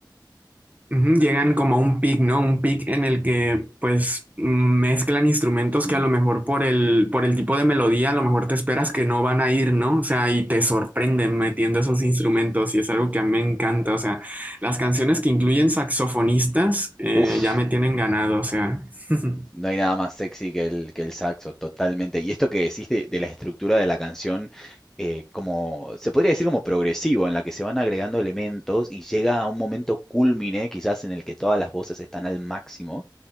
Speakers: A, on the right (about 20°); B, in the centre.
A: Ujú, Llegan como a un pic, ¿no? Un pic en el que pues mm, mezclan instrumentos
B: Mm.
A: que a lo mejor por el, por el tipo de melodía a lo mejor te esperas que no van a ir, ¿no? O sea, y te sorprenden metiendo esos instrumentos y es algo que a mí me encanta. O sea, las canciones que incluyen saxofonistas eh,
B: Uf,
A: ya me tienen ganado, o sea. <laughs>
B: No hay nada más sexy que el, que el saxo, totalmente. Y esto que decís de, de la estructura de la canción, eh, como se podría decir como progresivo, en la que se van agregando elementos y llega a un momento cúlmine, quizás en el que todas las voces están al máximo